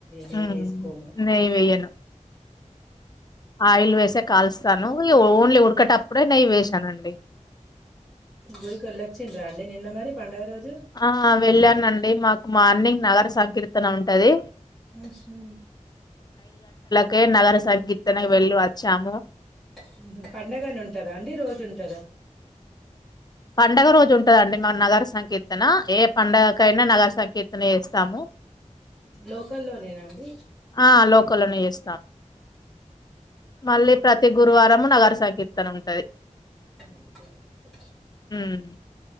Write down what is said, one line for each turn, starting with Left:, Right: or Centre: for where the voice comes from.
Centre: నెయ్యి
Left: ఉమ్,
Centre: వేసుకోము
Left: నెయ్యి వేయను ఆయిల్ వేసే కాలుస్తాను ఓన్లీ ఉడకేటప్పుడే నెయ్య వేసానండి
Centre: గుడికి ఎళ్ వచ్చిడ్ర అండి నిన్న మ పండగా రోజు
Left: ఆ వెళ్ళానండి మాకు మార్నింగ్ నగర సంకీర్తన ఉంటది
Centre: హ్మ్ హు
Left: కే నగర సంకీర్తనకి వెళ్ళి వచ్చాము
Centre: హ్మ్ హు పండగనే ఉంటదా అండి రోజు ఉంటదా
Left: పండగ రోజు ఉంటదండి మ నగర సంకీర్తన ఏ పండుగకైనా నగర సంకీర్తన ఎస్తాము
Centre: లోకల్లోనేనాండి
Left: ఆ లోకల్లోనే చేస్తాం మళ్ళీ ప్రతి గురువారము నగర సంకీర్తన ఉంటది
Centre: ఓకే ఓకే
Left: హ్మ్